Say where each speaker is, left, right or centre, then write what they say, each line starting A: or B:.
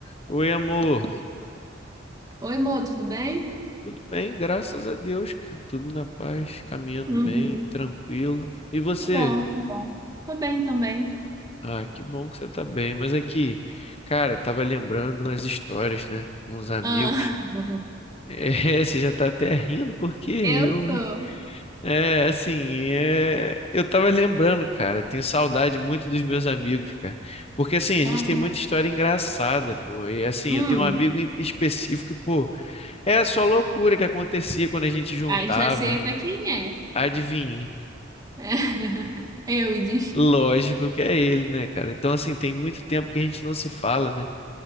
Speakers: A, on the left; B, on the right.
A: Oi, amor.
B: Oi, Mo, tudo bem?
A: Tudo bem? Graças a Deus, cara. Tudo na paz, caminhando
B: Uhum.
A: bem, tranquilo. E você?
B: Que bom, que bom. Tô bem também.
A: Ah, que bom que você tá bem. Mas aqui, cara, tava lembrando umas histórias, né? Uns amigos.
B: Ah, <laughs>
A: É, <laughs> você já tá até rindo, porque eu,
B: Eu tô.
A: hein? É, assim, é... eu tava lembrando, cara. Tenho saudade muito dos meus amigos, cara. Porque, assim, a
B: aham.
A: gente tem muita história engraçada, pô. E, assim,
B: Hum.
A: eu tenho um amigo em específico, pô. É só loucura que acontecia quando a gente juntava.
B: Ah, já sei até quem é.
A: Adivinha?
B: <laughs> Eudes.
A: Lógico que é ele, né, cara? Então, assim, tem muito tempo que a gente não se fala, né?